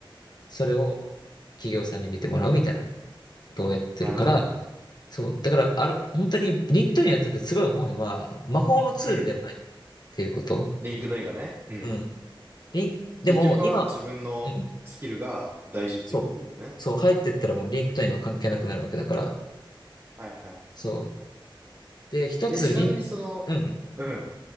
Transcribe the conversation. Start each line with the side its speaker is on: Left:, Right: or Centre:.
Left: それを企業さんに見てもらうみたいなことをやってるから、
Right: なるほどね。
Left: そう。だから、ある、本当に LinkedIn やっててすごい思うのは、魔法のツールではないっていうこと。
Right: うん。リンクドインがね。うん。
Left: うん。リン、でも今、
Right: 結局は自分のスキルが大事っていうことだよね。
Left: うん。そう。そう、入ってったらもう LinkedIn は関係なくなるわけだから、
Right: はいはい。
Left: そう。で、一つリン、
Right: え、ちなみにその、
Left: うん、
Right: うん。